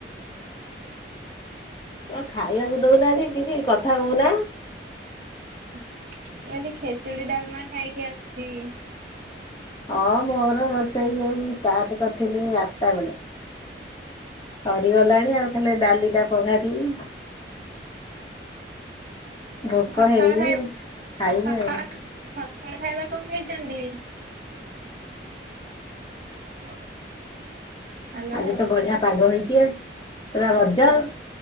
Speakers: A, on the left; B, on the right.
A: ଆ ଖାଇବାକୁ ଦଉନାହାନ୍ତି କିଛି କଥା କହୁନ।
B: ମୁଁ କହିଲି ଖେଚୁଡି ଡାଲମା ଖାଇକି ଆସିଚି।
A: ହଁ ମୋର ରୋଷେଇ ଏ ଷ୍ଟାର୍ଟ କରିଥିଲି ଆଟା ବେଳେ। ସରିଗଲାଣି ଆଉ ଖାଲି ଡାଲି ଟା ପଘାରିବି। ଭୋକ
B: ସକାଳ
A: ହେଇନି
B: ଖାଇ
A: ଖାଇବି
B: ସକାଳ
A: ଆଉ ହଁ।
B: ସକାଳ ଖାଇବା କଣ ଖାଇଛନ୍ତି? <unintelligible> ହ୍ୟାଲୋ
A: ଆଜି ତ ବଢିଆ ପାଗ ହେଇଛି ଆଉ ପୁରା ରଜ।